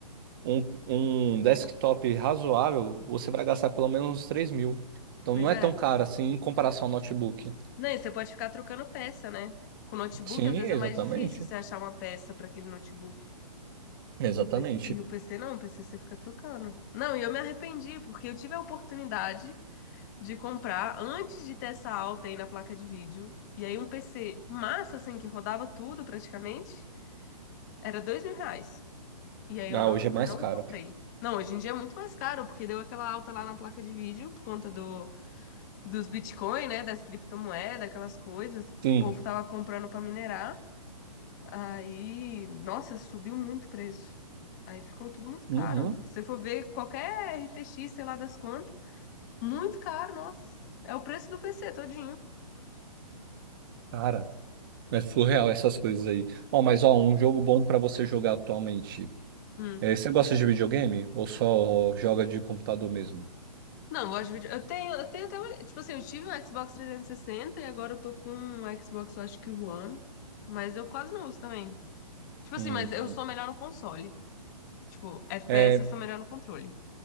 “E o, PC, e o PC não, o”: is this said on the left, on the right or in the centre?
Left